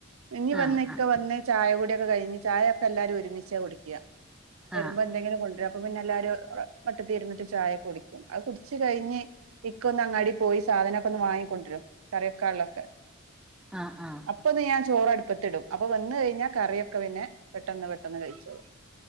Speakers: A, on the right; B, in the centre.
A: ഇനി വന്ന്.
B: ആഹ്
A: ഇക്ക
B: ആഹ്
A: വന്ന് ചായ കുടിയൊക്കെ കഴിഞ്ഞ് ചായ ഒക്കെ എല്ലാരും ഒരുമിച്ച് കുടിക്കുക, വരുമ്പോ
B: ആഹ്
A: എന്തെങ്കിലും കൊണ്ടുവരും. അപ്പ പിന്നെ എല്ലാരും ഏഹ് വട്ടത്തിൽ ഇരുന്നിട്ട് ചായ കുടിക്കും അത് കുടിച്ച് കഴിഞ്ഞ്. ഇക്ക ഒന്ന് അങ്ങാടി പോയി സാധനം ഒക്കെ ഒന്ന് വാങ്ങിക്കൊണ്ടുവരും, കറിവെക്കാനുള്ളത്.
B: ആഹ് ആഹ്
A: അപ്പൊന്ന് ഞാൻ ചോറ് അടുപ്പത്തെ ഇടും അപ്പൊ വന്ന് കഴിഞ്ഞാൽ കറിയൊക്കെ പിന്നെ പെട്ടെന്ന് പെട്ടെന്ന് കഴിച്ചോളും.